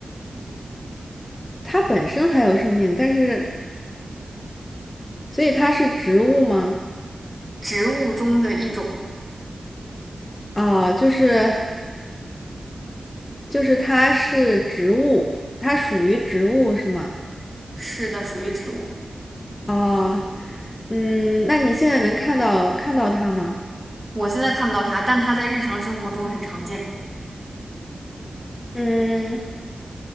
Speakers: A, on the left; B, on the right.
A: 它本身还有生命，但是所以它是植物吗？
B: 植物中的一种。
A: 哦，就是就是它是植物，它属于植物是吗？
B: 是的，属于植物。
A: 哦，嗯，那你现在能看到看到它吗？
B: 我现在看不到它，但它在日常生活中很常见。
A: 嗯。